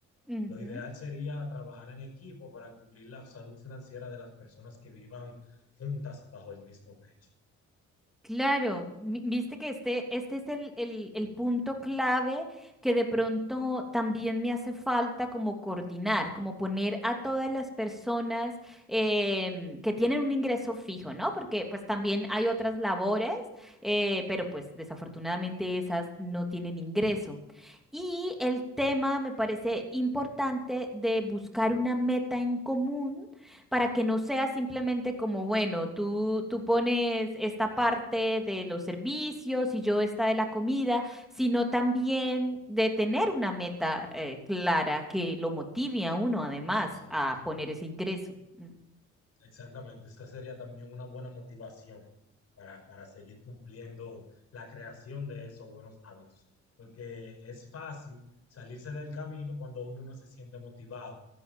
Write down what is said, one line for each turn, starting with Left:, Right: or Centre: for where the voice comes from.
Centre: Ujú.
Left: Lo ideal sería trabajar en equipo para cubrir la salud financiera de las personas que vivan juntas bajo el mismo techo.
Centre: Claro, vi- viste que este, este es el, el- el punto clave que de pronto también me hace falta como coordinar, como poner a todas las personas em, que tienen un ingreso fijo, ¿no? Porque pues también hay otras labores, eh, pero pues desafortunadamente esas no tienen ingreso. Y el tema me parece importante de buscar una meta en común para que no sea simplemente como, bueno, tú, tú pones esta parte de los servicios y yo esta de la comida, sino también de tener una meta eh, clara que lo motive a uno además
Left: Exacto.
Centre: a poner ese ingreso. Mm.
Left: Exactamente, esta sería también una buena motivación para, para seguir cumpliendo la creación de esos buenos hábitos, porque es fácil salirse del camino cuando uno no se siente motivado,